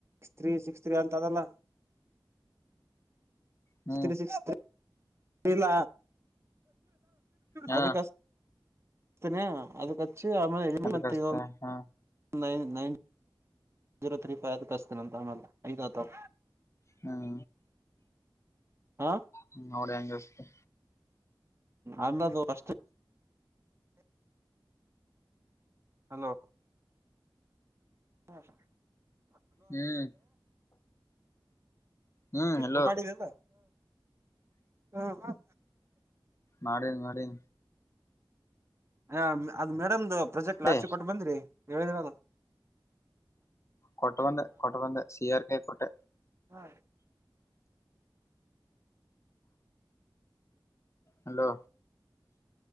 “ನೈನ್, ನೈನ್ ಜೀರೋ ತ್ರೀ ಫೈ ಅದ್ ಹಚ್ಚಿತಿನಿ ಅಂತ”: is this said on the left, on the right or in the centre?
Right